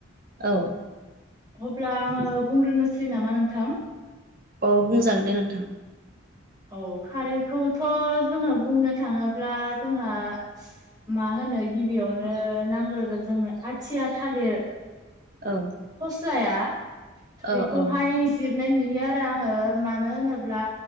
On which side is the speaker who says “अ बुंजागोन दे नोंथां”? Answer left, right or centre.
Right